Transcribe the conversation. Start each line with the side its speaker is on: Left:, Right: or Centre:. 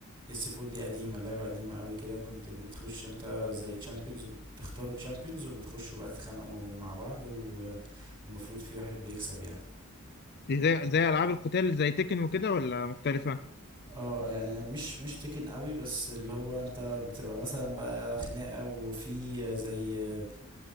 Right: اس 4 دي قديمه لعبه قديمه قوي كده كنت بتخش انت زي تشامبيونز بتختاروا تشامبيونز وبتخشوا بقى تتخانقوا مع بعض و- والمفروض في واحد بيكسب يعني
Left: دي زي زي العاب القتال زي تكن وكده ولا مختلفه
Right: اه يعني مش مش تكن قوي بس اللي هو انت بتبقى مثلا بقى خناقة وفي زي